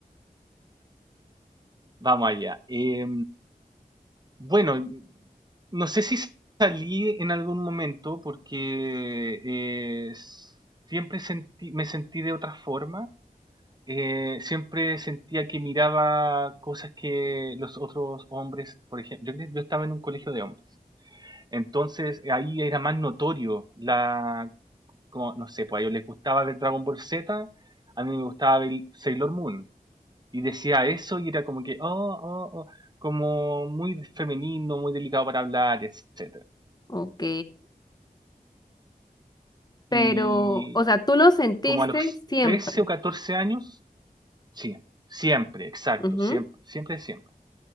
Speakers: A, on the right (about 25°); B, on the left (about 25°).
A: Vamos allá. Eh, bueno, no sé si salí en algún momento porque eh, s- siempre sentí, me sentí de otra forma. Eh, siempre sentía que miraba cosas que los otros hombres, por ejemplo, yo, cre- yo estaba en un colegio de hombres. Entonces eh, ahí era más notorio la, como, no sé, pues a ellos les gustaba ver Dragon Ball Z, a mí me gustaba ver Sailor Moon. Y decía eso y era como que, oh, oh, oh, como muy femenino, muy delicado para hablar, etcétera.
B: Ok, pero,
A: Y
B: o sea, tú lo sentiste
A: como a los
B: siempre.
A: 13 o 14 años, sí, siempre, exacto,
B: Ujú.
A: siempre, siempre, siempre.